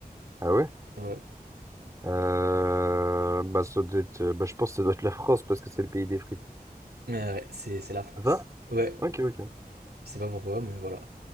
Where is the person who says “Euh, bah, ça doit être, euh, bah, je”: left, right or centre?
Right